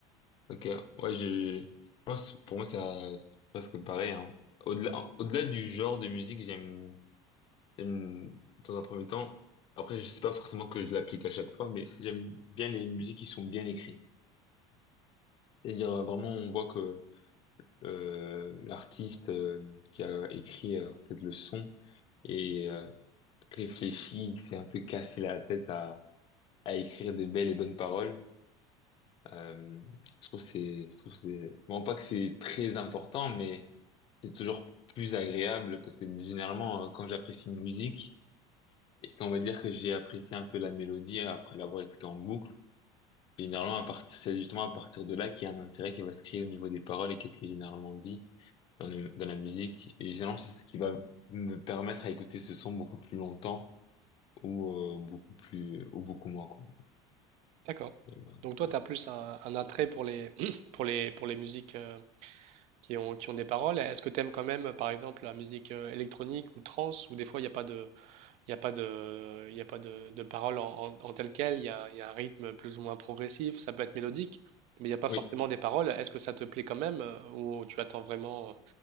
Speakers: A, on the left; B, on the right.
A: Ok. Ouais, je, je pense, pour moi, c'est euh, c'est presque pareil, hein. Au-delà, au-delà du genre de musique, j'aime J'aime, dans un premier temps, après, je sais pas forcément que je l'applique à chaque fois, mais j'aime bien les musiques qui sont bien écrites. C'est-à-dire, euh, vraiment, on voit que euh, l'artiste euh, qui a écrit euh, en fait, le son et euh, réfléchi, il s'est un peu cassé la tête à, à écrire des belles et bonnes paroles. Euh, je trouve que c'est, je trouve que c'est, bon, pas que c'est très important, mais c'est toujours plus agréable parce que généralement, euh, quand j'apprécie une musique, Et on va dire que j'ai apprécié un peu la mélodie euh, après l'avoir écoutée en boucle. Généralement, à partir, c'est justement à partir de là qu'il y a un intérêt qui va se créer au niveau des paroles et qu'est-ce qui est généralement dit dans le- dans la musique. Et généralement, c'est ce qui va me permettre à écouter ce son beaucoup plus longtemps ou euh, beaucoup plus ou beaucoup moins quoi.
B: D'accord.
A: Et ben,
B: Donc toi,
A: ouais.
B: tu as plus un, un attrait pour les, <clears throat> pour les, pour les musiques euh, qui ont, qui ont des paroles. Est-ce que tu aimes quand même, par exemple, la musique euh, électronique ou trance, où des fois, il n'y a pas de, il y a pas de, il y a pas de, de paroles en, en, en telle quelle, il y a, il y a un rythme plus ou moins progressif, ça peut être mélodique, mais il n'y a pas
A: Oui.
B: forcément des paroles. Est-ce que ça te plaît quand même, euh, ou tu attends vraiment euh,